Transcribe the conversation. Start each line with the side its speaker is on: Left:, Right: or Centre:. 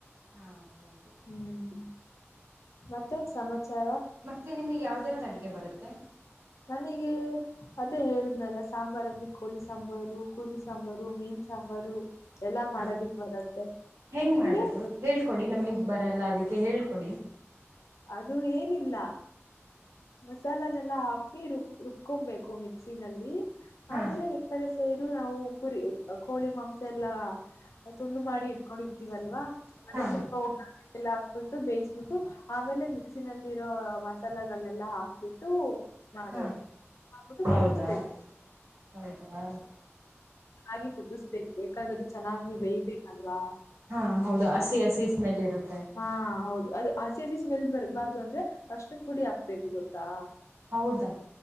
Right: ಹಾ ಹೌದು
Left: ಹ್ಮ್ ಮತ್ತೆ ಸಮಾಚಾರ
Right: ಮತ್ತೆ ನಿಮಗೆ ಯಾವ್ದ ಯಾವ್ದು ಅಡುಗೆ ಬರುತ್ತೆ
Left: ನನಗೆ ಅದೇ ಹೇಳುದ್ನಲ್ಲ ಸಾಂಬಾರಲ್ಲಿ ಕೋಳಿ ಸಾಂಬಾರು ಕುರಿ ಸಾಂಬಾರು ಮೀನ್ ಸಾಂಬಾರು ಎಲ್ಲಾ ಮಾಡದಿಕ್
Right: ಹಾ
Left: ಬರತ್ತೆ
Right: ಹೆಂಗ್
Left: ನಿಮ್ಗೆ
Right: ಮಾಡೋದು ಹೇಳ್ಕೊಡಿ ನಮಗ್ ಬರಲ್ಲ ಅದಕ್ಕೆ ಹೇಳ್ಕೊಡಿ
Left: ಅದು ಏನಿಲ್ಲ ಮಸಾಲಾನೆಲ್ಲಾ ಹಾಕಿ ರು ರುಬ್ಕೊಬೇಕು ಮಿಕ್ಸಿನಲ್ಲಿ
Right: ಹಾ
Left: ಆಮೇಲೆ ಕಡೆ ಸೈಡು ನಾವು ಕುರಿ ಕೋಳಿ ಮಾಂಸ ಎಲ್ಲಾ ತುಂಡು ಮಾಡಿ ಇಡ್ವಿ ಹಾಕೊಂಡಿರ್ತೀವಲ್ವಾ ಅದು
Right: ಹಾ
Left: ಸ್ವಲ್ಪ ಒಗ್ಗ ಎಲ್ಲಾ ಹಾಕ್ಬಿಟ್ಟು ಬೇಯಿಸ್ಬಿಟ್ಟು ಆಮೇಲೆ ಮಿಕ್ಸಿನಲ್ಲಿ ಇರೋ ಮಸಾಲಗಳನ್ನೆಲ್ಲಾ ಹಾಕ ಬಿಟ್ಟು ಮಾಡದು
Right: ಹಾ
Left: ಮಾಡಬಿಟ್ಟು
Right: ಹೌದಾ
Left: ಕುತ್ಬೇಕು
Right: ಹೌದಾ
Left: ಹಾಗೆಕುದಿಸ್ಬೇಕು ಯಾಕಂದ್ರೆ ಅದು ಚನ್ನಾಗಿ ಬೇಯ್ಬೇಕು ಅಲ್ವಾ
Right: ಹಾ ಹೌದು ಹಸಿ ಹಸಿ ಸ್ಮೆಲ್ ಇರುತ್ತೆ
Left: ಹಾ ಹೌದು ಅದು ಹಸಿ ಹಸಿ ಸ್ಮೆಲ್ ಬರ್ಬಾರ್ದು ಅಂದ್ರೆ ಅಸ್ನ್ ಪುಡಿ ಹಾಕ್ಬೇಕು ಗೊತ್ತಾ
Right: ಹೌದಾ